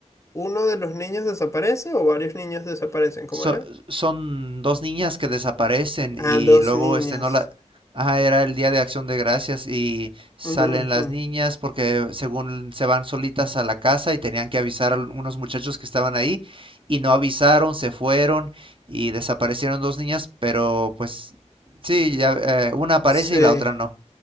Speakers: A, on the left; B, on the right.
A: uno de los niños desaparece o varios niños desaparecen, ¿cómo
B: So-
A: era?
B: son dos niñas que desaparecen
A: Ah,
B: y
A: dos
B: luego
A: niñas.
B: este no la... Ah, era el Día de Acción de Gracias y salen
A: Ujú, ujú.
B: las niñas porque según se van solitas a la casa y tenían que avisar a unos muchachos que estaban ahí y no avisaron, se fueron y desaparecieron dos niñas, pero pues sí, ya, eh, una aparece
A: Sí.
B: y la otra no.